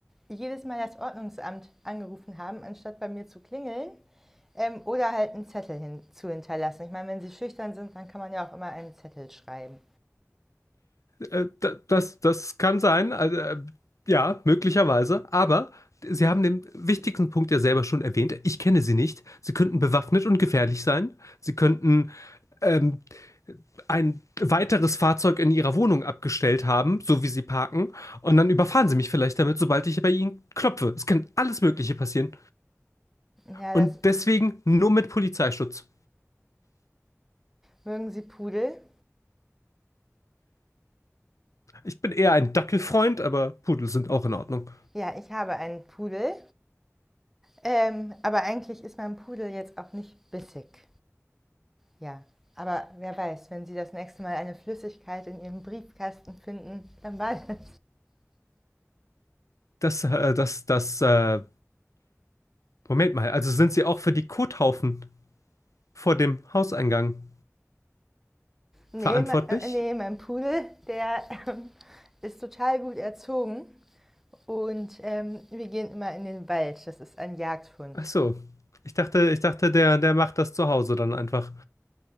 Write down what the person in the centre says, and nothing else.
jedes Mal das Ordnungsamt angerufen haben, anstatt bei mir zu klingeln ähm, oder halt einen Zettel hin, zu hinterlassen. Ich meine, wenn sie schüchtern sind, dann kann man ja auch immer einen Zettel schreiben.
Ja,
das
mögen sie Pudel.
Ja, ich habe einen Pudel Ähm, aber eigentlich ist mein Pudel jetzt auch nicht bissig. Ja. Aber wer weiß, wenn Sie das nächste Mal eine Flüssigkeit in Ihrem Briefkasten finden, dann war das.
Nee,
me- äh, nee mein Pudel, der ähm, ist total gut erzogen. Und ähm, wir gehen immer in den Wald. Das ist ein Jagdhund.